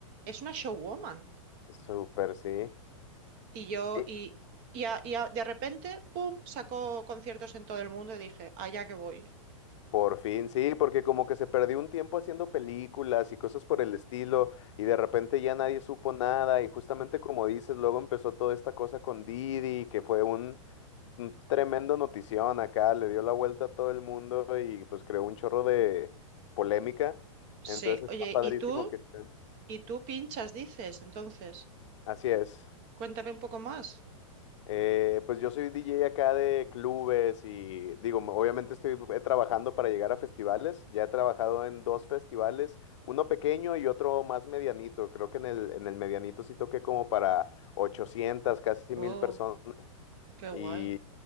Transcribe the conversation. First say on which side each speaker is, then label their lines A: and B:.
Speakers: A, on the right (about 30°); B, on the left (about 60°).
A: es una showwoman.
B: súper, sí.
A: Y yo,
B: Sí,
A: y, y a- y a- de repente, ¡pum!, sacó conciertos en todo el mundo y dije, allá que voy.
B: Por fin, sí, porque como que se perdió un tiempo haciendo películas y cosas por el estilo, y de repente ya nadie supo nada, y justamente como dices, luego empezó toda esta cosa con Didi, que fue un, un tremendo notición acá, le dio la vuelta a todo el mundo y pues creó un chorro de polémica,
A: Sí,
B: entonces
A: oye,
B: está padrísimo
A: ¿y tú?
B: que esté.
A: ¿Y tú pinchas, dices? Entonces,
B: Así es.
A: cuéntame un poco más.
B: Eh, pues yo soy DJ acá de clubes y digo, m- obviamente estoy eh, trabajando para llegar a festivales. Ya he trabajado en dos festivales, uno pequeño y otro más medianito. Creo que en el, en el medianito sí toqué como para 800, casi
A: Oh,
B: 1000 personas.
A: qué guay.
B: Y,